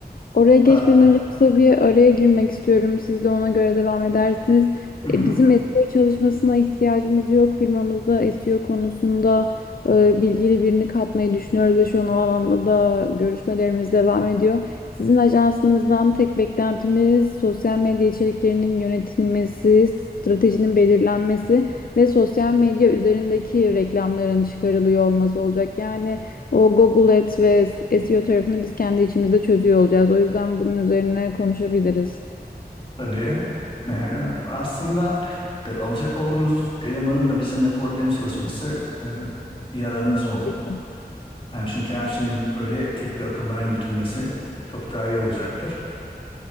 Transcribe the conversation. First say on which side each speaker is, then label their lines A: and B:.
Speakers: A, on the left; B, on the left.
A: Oraya geçmeden
B: tatil
A: önce kısa bir araya girmek istiyorum. Siz de ona göre devam edersiniz.
B: Hı hı,
A: E, Bizim SEO çalışmasına ihtiyacımız yok. Firmamızda SEO konusunda e, bilgili birini katmayı düşünüyoruz ve şu an o alanda da görüşmelerimiz devam ediyor. Sizin ajansınızdan tek beklentimiz sosyal medya içeriklerinin yönetilmesi, stratejinin belirlenmesi ve sosyal medya üzerindeki reklamların çıkarılıyor olması olacak. Yani o Google Ads ve SEO tarafını biz kendi içimizde çözüyor olacağız. O yüzden bunun üzerine konuşabiliriz.
B: tabii. E, aslında e, alacak olduğunuz elemanın da bizimle koordine çalışması e, yararınız olur.
A: Peki.
B: Yani çünkü her şeyin böyle tek bir akıldan yürütülmesi çok daha iyi olacaktır.